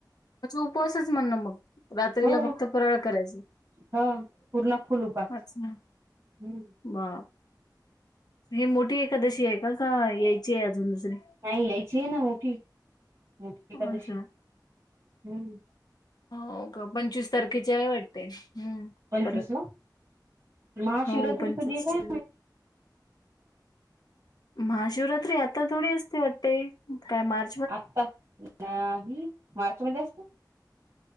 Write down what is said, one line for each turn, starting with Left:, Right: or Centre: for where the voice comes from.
Left: म्हजे उपवासच म्हणणं मग रात्रीला
Right: हो
Left: फक्त फराळ करायच.
Right: ह पूर्ण फुल उपास
Left: वाचना
Right: हम्म.
Left: बा ही मोठी एकादशी आहे का का यायची आहे अजून दुसरी?
Right: नाही यायची आहे ना मोठी मोठी एकादशी
Left: अच्छा
Right: हम्म.
Left: हो का पंचवीस तारखेचे आहे वाटते हम्म.
Right: पंचवीस
Left: परत
Right: ला महाशिवरात्री
Left: हो पंचवीसच्या
Right: कधी आहे काय
Left: महाशिवरात्री आता थोडी असती वाटते? काय मार
Right: आत्ता अ नाही मार्च मध्ये असते.